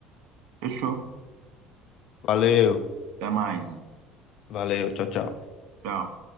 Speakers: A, on the right; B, on the left.
A: Fechou.
B: Valeu.
A: Até mais, Ito.
B: Valeu. Tchau, tchau.
A: Tchau.